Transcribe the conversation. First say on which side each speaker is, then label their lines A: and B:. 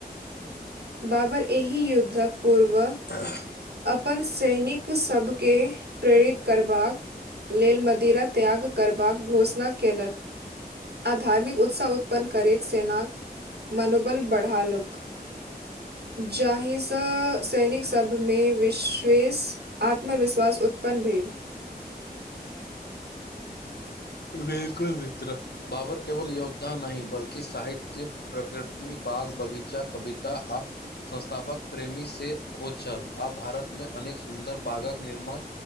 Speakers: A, on the right; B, on the left.
A: बाबर एहि युद्धक पूर्व
B: <inaudible>
A: अपन सैनिक सबके प्रेरित करबाक लेल मदिरा त्याग करबाक घोषणा केलक आ धार्मिक उत्साह उत्पन्न करैत सेनाक मनोबल बढ़आलक जाहिसँ सैनिक सब मे विशेष आत्मविश्वास उत्पन्न भेल
B: बिलकुल मित्र बाबर केवल योद्धा नहि बल्कि साहित्य प्रकृति बाग बगीचा कविता आ संस्थापक प्रेमी सेहो छल आ भारतमे अनेक सुन्दर बागक निर्माण